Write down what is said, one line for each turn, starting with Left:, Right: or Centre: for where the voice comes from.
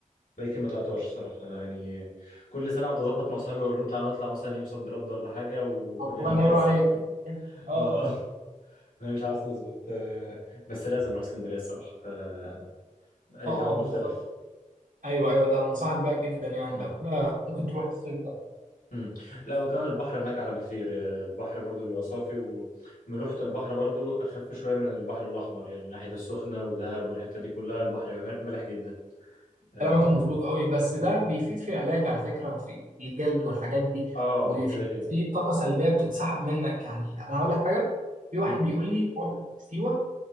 Left: بقالي كتير ما طلعتهاش صراحه يعني كل سنه اقعد اظبط مع اصحابي واقول لهم تعالوا نطلع مثلا يوم صد رد ولا حاجه وكلنا
Right: الله ينور
Left: نكسل
Right: عليك <laughs> اه
Left: اه
Right: اه
Left: <laughs> انا مش عاوز نظبط أه بس لازم اروح اسكندريه الصراحه أه جو
Right: اه اه
Left: مختلف
Right: بالظبط ايوه ايوه ده انصحك بقى جدا يعني
Left: مم.
Right: لو كده ممكن تروح الصيف ده
Left: مم. لا وكمان البحر هناك احلى بكتير أه، البحر برضو بيبقى صافي وملوحه البحر برضو اخف شويه من البحر الاحمر يعني ناحيه السخنه ودهب والحته دي كلها البحر بيبقى مالح جدا آه،
Right: كلامك مظبوط قوي بس ده بيفيد في العلاج على فكره في الجلد والحاجات دي
Left: اه
Right: وفي
Left: كده كده
Right: في طاقه سلبيه بتتسحب منك يعني انا هقول لك حاجه في واحد
Left: امم
Right: بيقول لي روح سيوه